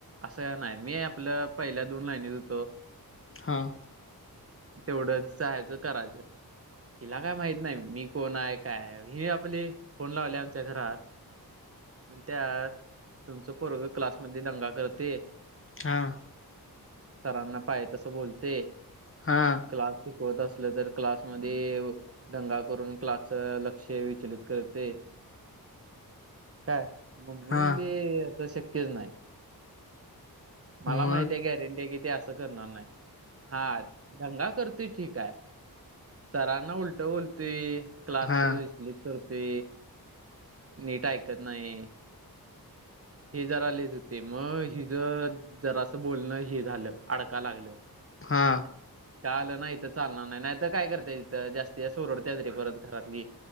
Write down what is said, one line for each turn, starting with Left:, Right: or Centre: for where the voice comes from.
Right: असं नाही, मी आपलं पहिल्या दोन लाईनीत हुतो
Left: हां.
Right: तेवढंच जायचं करायचं. हिला काय माहित नाही, मी कोण आहे काय हाय, हे आप आपले फोन लावल्या आमच्या घरात मणत्या तुमच पोरगं क्लासमध्ये दंगा करतय
Left: हां,
Right: सरांना पाय तसं बोलतेय
Left: हां,
Right: क्लास शिकवत असलं तर क्लासमध्ये दंगा करून क्लासच लक्ष विचलित करते, काय मम्मी
Left: हा
Right: म्हणली हे असं शक्यच नाही. मला
Left: मग
Right: माहिती ये, गॅरंटी ते असं करणार नाही, हा. दंगा करते ठीक हाय, सरांना उलंट बोलतंय क्लासच
Left: हा
Right: विचलित करते, नीट ऐकत नाही हे जरा लैच होते, मग हिच जरा असं बोलणं हे झालं अडका लागलं.
Left: हा
Right: अ का आलं नाही इथं चालणार नाही, नाही तर काय करता इथं जास्त ओरडत्यात रे परत घरातली.